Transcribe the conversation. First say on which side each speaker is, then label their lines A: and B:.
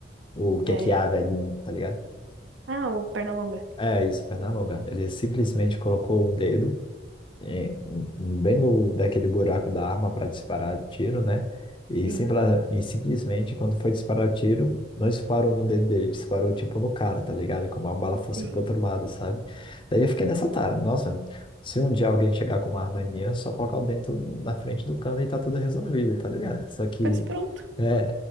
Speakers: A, on the left; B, on the right.
A: O que
B: É...
A: é que há, velhinho, tá ligado?
B: Ah, o Pernalonga.
A: É isso, Pernalonga. Ele simplesmente colocou o dedo. em- bem no daquele buraco da arma para disparar tiro, né? E,
B: Sim,
A: simpla, e simplesmente quando foi disparar tiro, não disparou no dedo dele, disparou tipo no cara, tá ligado? Como a bala fosse
B: sim.
A: pro outro lado, sabe? Daí eu fiquei nessa tara, nossa, se um dia alguém chegar com uma arma em mim, é só colocar o dentro na frente do cano e tá tudo resolvido, tá ligado? Só que,
B: Pois pronto.
A: é,